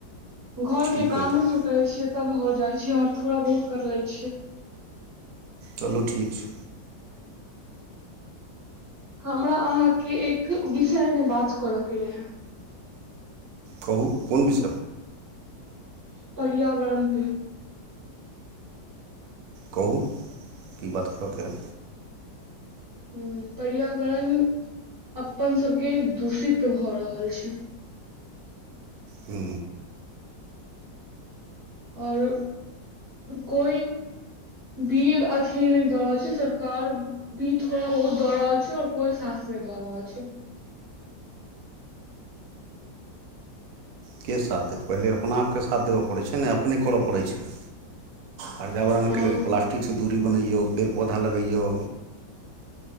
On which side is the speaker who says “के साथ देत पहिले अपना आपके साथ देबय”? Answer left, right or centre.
Right